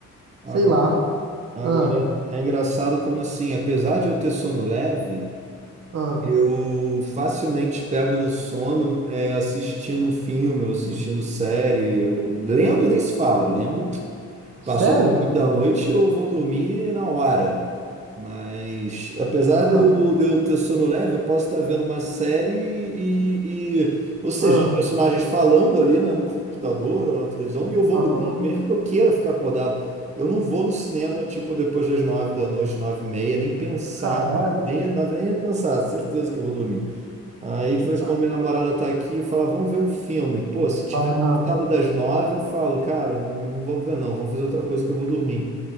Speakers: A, on the right (about 25°); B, on the right (about 55°).
A: Agora,
B: sei lá.
A: agora
B: Ah,
A: é engraçado como assim, apesar de eu ter sono leve.
B: ah.
A: Eu facilmente pego no sono é, assistindo um filme, ou assistindo série, eu- lendo nem se fala, lendo
B: Sério?
A: Passou das nove da noite, eu vou dormir na hora. Mas, apesar
B: Ah,
A: de eu, de eu ter sono leve, eu posso estar vendo uma série e, e- ou seja,
B: ah,
A: os personagens falando ali, né, no computador ou na televisão, e eu vou
B: aham.
A: dormir, mesmo que eu queira ficar acordado. Eu não vou no cinema, tipo, depois das nove da noite, nove e meia, nem pensar,
B: Caralho, bicho.
A: nem nem pensar, certeza que eu vou dormir. Aí, de vez
B: Tá.
A: em quando, minha namorada tá aqui e fala, vamos ver um filme. Pô, se tiver
B: Fala,
A: passado
B: ah,
A: das nove, eu falo, cara, não vamos ver não, vamos fazer outra coisa que eu vou dormir.
B: hum,